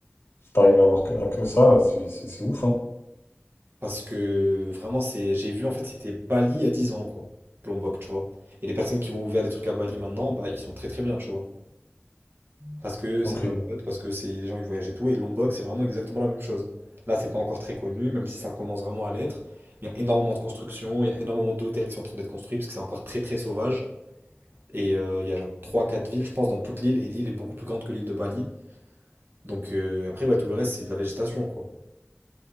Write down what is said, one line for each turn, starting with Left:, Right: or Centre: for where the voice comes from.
Left: si t'arrives à avoir que que ça, c'est c'est- c'est ouf, hein.
Right: Parce que vraiment, c'est, j'ai vu en fait, c'était Bali il y a 10 ans, quoi. Lombok, tu vois. Et les personnes qui ont ouvert des trucs à Bali maintenant, bah, ils sont très très bien, tu vois. Parce que
Left: Ok,
Right: c'est à la mode, parce que c'est les gens ils voyagent et tout. Et l'onbox, c'est vraiment exactement la même chose. Là, c'est pas encore très connu, même si ça commence vraiment à l'être. Il y a énormément de constructions, il y a énormément d'hôtels qui sont en train d'être construits parce que c'est encore très très sauvage. Et euh, il y a genre 3-4 villes, je pense, dans toute l'île. Et l'île est beaucoup plus grande que l'île de Bali. Donc euh, après, ouais, tout le reste, c'est de la végétation, quoi.